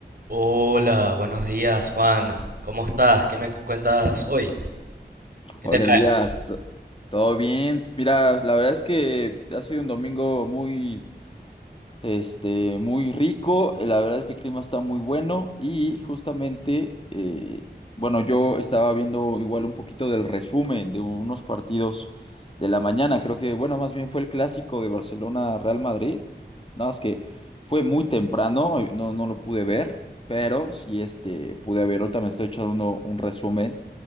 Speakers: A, on the right; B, on the left.
A: Hola, buenos días, Juan. ¿Cómo estás? ¿Qué me cuentas hoy? ¿Qué
B: Hola
A: te traes?
B: Elías, ¿t- ¿todo bien? Mira, la verdad es que ha sido un domingo muy, este, muy rico, eh, la verdad es que el clima está muy bueno y justamente, eh, bueno, yo estaba viendo igual un poquito del resumen de unos partidos de la mañana, creo que, bueno, más bien fue el clásico de Barcelona-Real Madrid, nada más que fue muy temprano, eh, no, no lo pude ver, pero sí, este, pude ver, ahorita me estoy echando uno- un resumen,